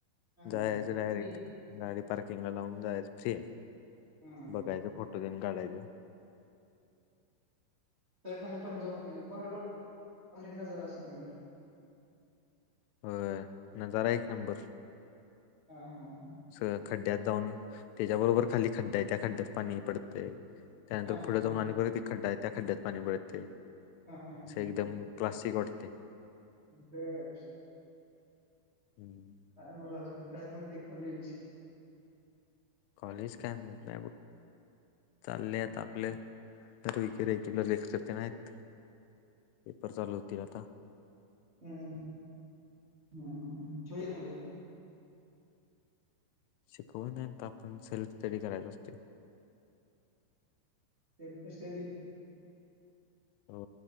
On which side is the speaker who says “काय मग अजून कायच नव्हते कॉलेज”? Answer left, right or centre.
Right